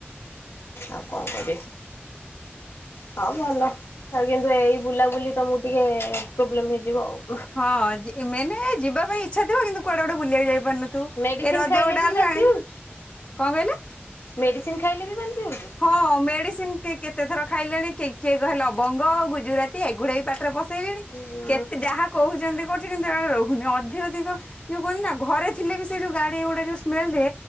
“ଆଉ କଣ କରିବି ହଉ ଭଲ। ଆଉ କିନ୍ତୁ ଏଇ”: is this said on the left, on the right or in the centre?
Left